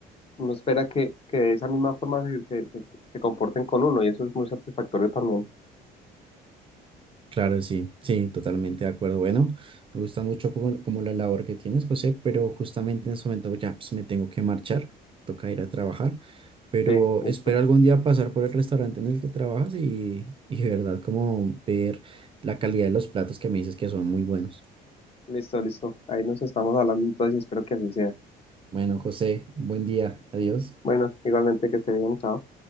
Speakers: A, on the left (about 35°); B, on the right (about 30°).
A: uno espera que, que de esa misma forma se, se- se- se comporten con uno y eso es muy satisfactorio también.
B: Claro, sí, sí, totalmente de acuerdo. Bueno, me gusta mucho como, como la labor que tienes, José, pero justamente en este momento ya pues, me tengo que marchar, toca ir a trabajar, pero
A: Sí, listo,
B: espero algún día pasar por el restaurante en el que trabajas y, y de verdad como ver la calidad de los platos que me dices que son muy buenos.
A: listo, listo. Ahí nos estamos hablando entonces y espero que así sea.
B: Bueno, José, buen día, adiós.
A: Bueno, igualmente que se bien, chao.